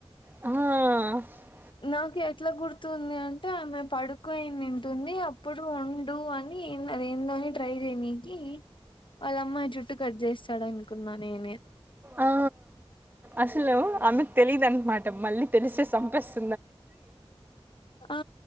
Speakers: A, on the right (about 20°); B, on the left (about 55°).
A: హా
B: నాకు ఎట్లా గుర్తుంది అన్ అంతే ఆమె పడుకుయింటుంది అప్పుడు ఉండు అని అదేందోని ట్రై చేయనీనికి వాళ్ళ అమ్మ జుట్టు కట్ చేస్తాడు అనుకున్నా నేనే
A: ఆ అసలు ఆమెకు తెలీయదున్నమాట మళ్ళీ తెలిసే సంపెస్ స్తది
B: ఆ